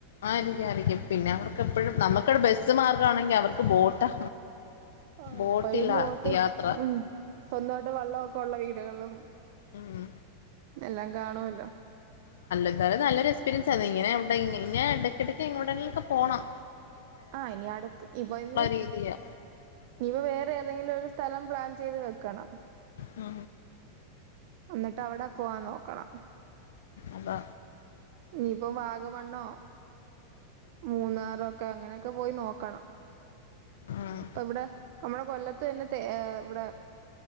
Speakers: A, on the left; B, on the right.
A: ആയിരിക്കാം ആയിരിക്കും പിന്നെ അവർക്ക് എപ്പഴും നമ്മുക്കിടെ ബസ്സ് മാർഗംമാണെങ്കിൽ അവർക്ക് ബോട്ടാ
B: ആ
A: ബോട്ടിലാ
B: എപ്പോഴും ബോട്ട്
A: യാത്ര
B: ഉ സ്വന്തമായിട്ട് വെള്ളമൊക്കെ ഉള്ള വീട് കുട്ടകളും
A: ഉം
B: എല്ലാം കാണുവല്ലോ
A: എന്താലും നല്ലൊരു എസ്പീരിയൻസ് ആ ഇങ്ങനെ ഇ ഇടയ്ക്കിടയ്ക്ക് ഇങ്ങോടക്കെ പോകണം
B: ആ ഇനി അടുത്ത് ഇപ്പൊ ഇ
A: രീതിയാ
B: ഇനിപ്പ വേറെ ഏതെങ്കിലും ഒരു സ്ഥലം പ്ലാൻ ചെയ്ത് വെക്കണം
A: ആ
B: എന്നിട്ട് അവിടെ പോവാൻ നോക്കണം
A: അത
B: നീപ്പോ വാഗമണ്ണോ മൂന്നാറൊക്കെ അങ്ങനെയൊക്കെ പോയി നോക്കണം
A: ഉം
B: ഇപ്പൊ ഇവിടെ നമ്മടെ കൊല്ലത്ത് തന്നെ തേ ഇവിടെ